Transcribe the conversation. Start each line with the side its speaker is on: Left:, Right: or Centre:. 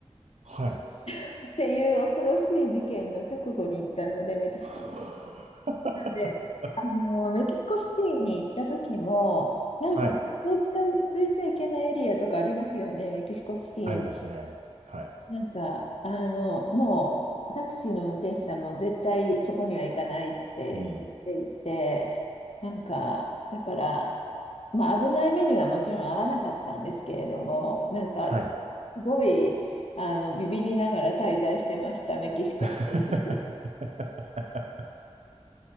Right: ははい。
Left: っていう恐ろしい事件の直後に行ったので、メキシコ。
Right: <laughs>
Left: なんで、あの、メキシコシティに行った時も、なんか絶対近づいちゃいけないエリアとかありますよね、
Right: はい、
Left: メキシコシティに。
Right: ありますね。はい。
Left: なんか、あの、もうタクシーの運転手さんも絶対そこには行かないって言っていて、
Right: うん。
Left: なんか、だから、まあ危ない目にはもちろん合わなかったんですけれども、なんか、
Right: はい。
Left: すごい、あの、ビビりながら滞在してました、メキシコシティ。
Right: <laughs>